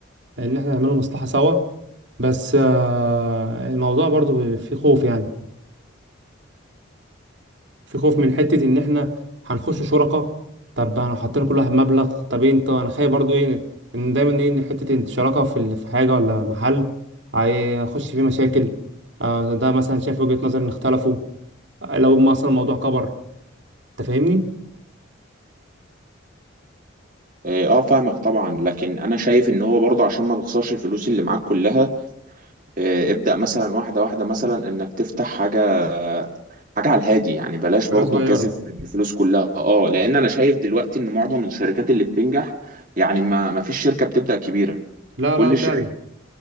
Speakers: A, on the right; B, on the right.
A: ان احنا نعمله مصلحة سوا بس آه، الموضوع برضو في خوف يعني في خوف من حتة ان احنا هنخش شركة طب انا حطينا كل واحد مبلغ طب إيه انت انا خايف برضو ايه ان دايما ايه ان حتة إن شراكة في ال- في حاجة ولا محل هي- هيخش فيه مشاكل آه، ده مثلا شايف وجهة نظر ان اختلفوا آه، لو مثلا الموضوع كبر انت فاهمني
B: اه آه، فاهمك طبعا لكن انا شايف ان هو برضه عشان ما تخسرش الفلوس اللي معاك كلها آه، ابدأ مثلا واحدة واحدة مثلا انك تفتح حاجة حاجة على الهادي يعني بلاش
A: حاجة
B: برضه
A: صغيرة
B: تجازف بالفلوس كلها اه لان انا شايف دلوقتي ان معظم الشركات اللي بتنجح يعني ما ما فيش شركة بتبدأ كبيرة
A: لا
B: كل
A: لا
B: الشركة
A: فعلا